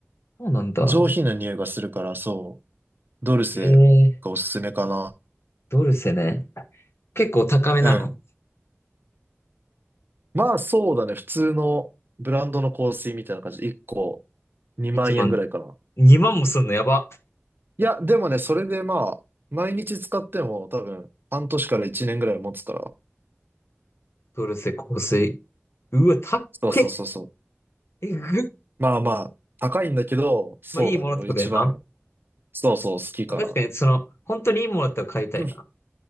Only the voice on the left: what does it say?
そうなんだ。
えー、ドルセね。結構高めなの
?1 万。2万もすんのやば。
トルセ香水。うわ、たっけ。
えぐっ。
まあ、いいものってことやな。
まあ、確かに、その、本当にいいものだったら買いたいな。